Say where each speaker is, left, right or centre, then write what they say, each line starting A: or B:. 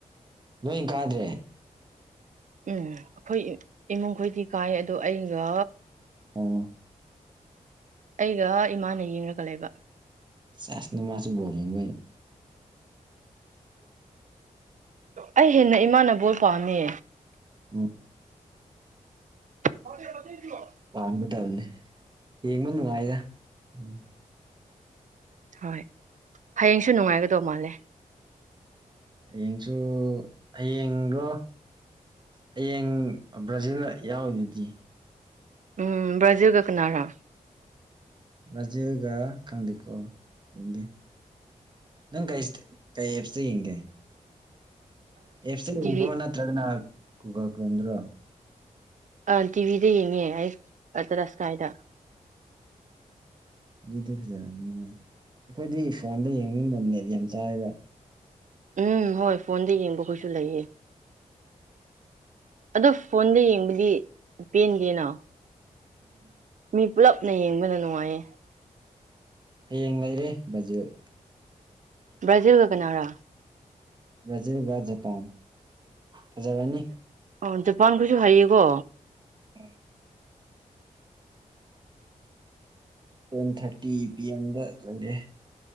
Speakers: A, on the right; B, on the right.
A: ꯅꯣꯏ ꯀꯥꯗ꯭ꯔꯦ
B: ꯎꯝ ꯑꯩꯈꯣꯏ ꯏꯃꯨꯡꯈꯣꯏꯗꯤ ꯀꯥꯏ ꯑꯗꯣ ꯑꯩꯒ
A: ꯑꯣꯝ
B: ꯑꯩꯒ ꯏꯃꯥꯅ ꯌꯦꯡꯒ ꯂꯩꯕ
A: ꯆꯁꯅ ꯃꯥꯁꯨ ꯕꫭꯜ
B: ꯑꯩ ꯍꯦꯟꯅ ꯏꯃꯥꯅꯕꯣꯜ ꯄꯥꯝꯃꯤ
A: ꯎꯝ
B: ꯍ
A: ꯄꯥꯡꯒꯗꯕꯅꯤ ꯌꯦꯡꯕ ꯅꯨꯡꯉꯥꯏꯗ ꯎꯝ
B: ꯍꯣꯏ ꯍꯌꯦꯡꯁꯨ ꯅꯨꯡꯉꯥꯏꯒꯗꯧ ꯃꯥꯜꯂꯦ
A: ꯍꯌꯦꯡꯁꯨ ꯍꯌꯦꯡꯗꯣ ꯍꯌꯦꯡ ꯕ꯭ꯔꯥꯖꯤꯜ ꯌꯥꯎꯗꯨꯗꯤ
B: ꯎꯝ ꯕ꯭ꯔꯥꯖꯤꯜꯒ ꯀꯅꯥꯔꯥ
A: ꯕ꯭ꯔꯥꯖꯤꯦꯜꯒ ꯈꯪꯗ‌ꯦꯀ‌ꯣ ꯌ‌ꯦꯡꯒ‌ꯦ ꯅꯪ ꯀꯩ ꯀꯩ ꯑꯦꯞꯁꯤꯇ ꯌꯦꯡꯒꯦ ꯑꯦꯞꯇ ꯌꯦꯡꯕ꯭ꯔꯣ
B: ꯇꯤꯚꯤ
A: ꯅꯠꯇ꯭ꯔꯒꯅ ꯒꯨꯒ ꯀꯣꯟꯗ꯭ꯔꯣ
B: ꯑ ꯇꯤꯚꯤꯗ ꯌꯦꯡꯉꯦ ꯑꯩ ꯇꯔꯥꯁ ꯀꯥꯏꯗ
A: ꯑꯗꯨꯗꯤ ꯐꯖꯔꯑꯅꯤꯅ ꯑꯩꯈꯣꯏꯗꯤ ꯐꯣꯟꯗ ꯌꯦꯡꯅꯤꯡꯕ ꯅꯦꯠ ꯌꯥꯝ ꯆꯥꯏꯕ
B: ꯎꯝ ꯍꯣꯏ ꯐꯣꯟꯗ ꯌꯦꯡꯕ ꯀꯩꯁꯨ ꯂꯩꯌꯦ ꯑꯗꯣ ꯐꯣꯟꯗ ꯌꯦꯡꯕꯗꯤ ꯄꯦꯟꯒꯦꯅ
A: ꯎꯝ
B: ꯃꯤ ꯄꯨꯜꯂꯞꯅ ꯌꯦꯡꯕꯅ ꯅꯨꯡꯉꯥꯏꯌꯦ
A: ꯍꯌꯦꯡ ꯂꯩꯔꯦ ꯕ꯭ꯔꯥꯖꯤꯜ
B: ꯭ꯔꯥꯖꯤꯜ ꯀ ꯀꯅꯥꯔꯥ
A: ꯕ꯭ꯔꯥꯖꯤꯜ ꯖꯄꯥꯟ ꯐꯖꯔꯕꯅꯤ
B: ꯑꯣ ꯖꯄꯥꯟꯒꯁꯨ ꯍꯥꯏꯌꯦꯀꯣ
A: ꯎꯝ ꯇꯦꯟ ꯊꯥꯔꯇꯤ ꯄꯤ ꯑꯦꯝꯗ ꯂꯒꯦ